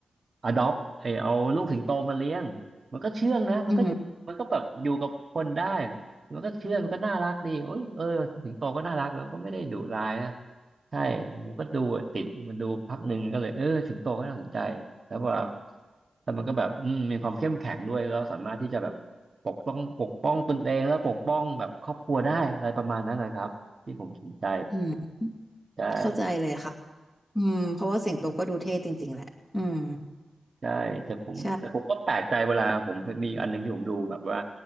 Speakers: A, on the right (about 45°); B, on the left (about 25°).
A: อ adopt ไอเอาลูกสิงโตมาเลี้ยงมันก็เชื่องนะมันก็มันก็แบบอยู่กับคนได้
B: อือฮึ
A: มันก็เชื่องมันก็น่ารักดีโอ้ยเออสิงโตก็น่ารักแล้วก็ไม่ได้ดุร้ายนะใช่ผมก็ดูติดมันดูพักหนึ่งก็เลยเออสิงโตก็น่าสนใจแล้วว่าแต่มันก็แบบอืมมีความเข้มแข็งด้วยเราสามารถที่จะแบบปกป้องปกป้องตนเองแล้วปกป้องแบบครอบครัวได้อะไรประมาณนั้นนะครับที่ผมสนใจ
B: อืม
A: ใช่
B: เข้าใจเลยค่ะ อืมเพราะว่าสิงโตก็ดูเท่จริงๆแหละอืม
A: ใช่แต่ผมแต่ผมก็แปลกใจเวลาผมเคยมีอันหนึงที่ผมดูแบบว่า
B: ใช่